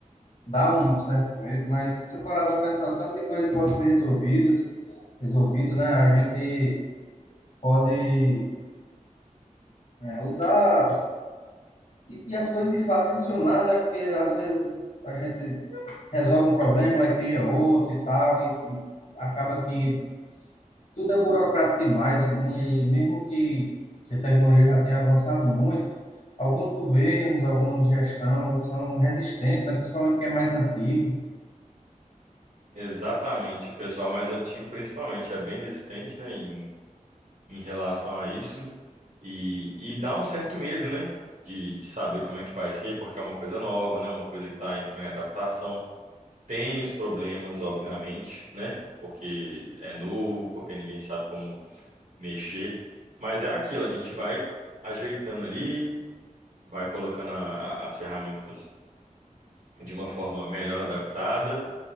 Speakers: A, on the left; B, on the right.
A: dá um certo medo, mas se você parar para pensar, o tanto de coisa que pode ser resolvidas, resolvida, né? A gente pode é, usar e, e as coisas de fato funcionar, né? Porque às vezes a gente resolve um problema e cria outro e tal, e, e acaba que tudo é burocrático demais, né? E mesmo que, que a tecnologia já tenha avançado muito, alguns governos, algumas gestões são resistentes, né? Principalmente quem é mais antigo.
B: Exatamente, o pessoal mais antigo principalmente é bem resistente, né, em, em relação a isso. E, e dá um certo medo, né? De, de saber como é que vai ser, porque é uma coisa nova, né? É Uma coisa que está entrando em adaptação. Tem os problemas, obviamente, né? Porque é novo, porque ninguém sabe como mexer. Mas é aquilo, a gente vai ajeitando ali, vai colocando a- a- as ferramentas de uma forma melhor adaptada.